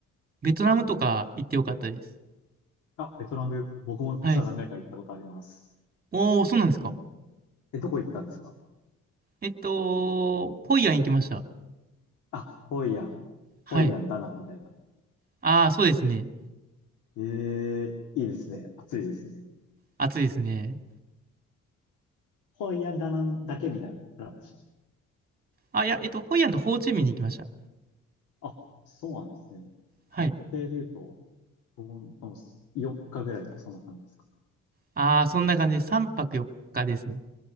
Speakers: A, on the right; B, on the left.
A: ベトナムとか行ってよかったです。
B: あ、ベトナム、僕も実は何回か行ったことあります。
A: はい。おー、そうなんですか。
B: え、どこ行ったんですか
A: えっと、ホイアン行きました。
B: あ、ホイアン、
A: はい。
B: ホイアン、ダナンみたいな。
A: ああ、そうですね。
B: ええいいですね。暑いですね。
A: 暑いですね。
B: ハワイアンダナンだけみたいなプランでした。
A: あ、いや、えっと、ホイアンとホーチミンに行きました。
B: あ、そうなんですね。
A: はい。
B: 日程で言うと、どう、で4日ぐらいそんな感じですか。
A: ああ、そんな感じで3泊4日ですね。